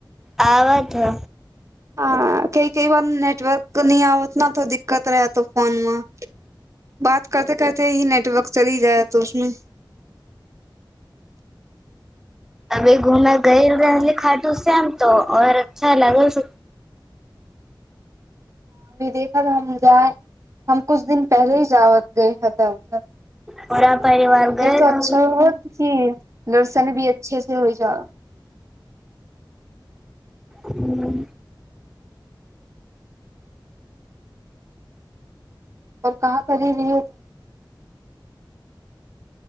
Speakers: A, in the centre; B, on the right.
A: आबत है
B: ह कई कई बार नेटवर्क नहि आबत तो दिक्कत रहत फोन मे बात करते करते ही नेटवर्क चली जाय त उसमे
A: अभी घूमेै गेल रहलूँ खाटू श्याम तो और अच्छा लागस
B: अभी देखत हम जाय हम कुछ दिन पहिले ही जा गए हे त उधर
A: पूरा परिवार
B: मन्दिर
A: गइल
B: त अच्छा
A: रहल
B: होल बा हुं दर्शन भी अच्छे से होइ जा
A: हूं
B: पर कहाँ करी रही त